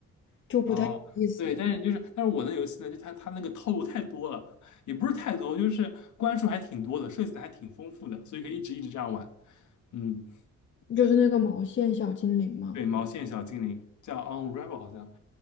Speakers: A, on the left; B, on the left.
A: 就不太有意思了，
B: 哦，对，但是就是，但是我的游戏呢，就它它那个套路太多了，也不是太多，就是关数还挺多的，设计的还挺丰富的，所以可以一直一直这样玩。嗯，
A: 就是那个毛线小精灵嘛。
B: 对，毛线小精灵叫 Unravel 好像，